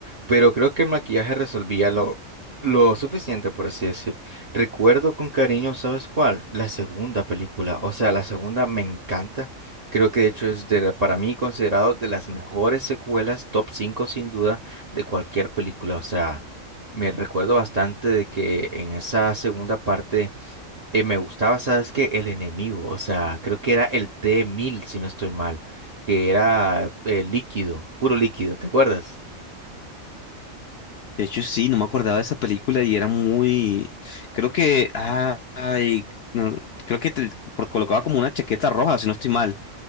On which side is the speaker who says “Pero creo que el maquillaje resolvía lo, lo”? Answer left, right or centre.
Right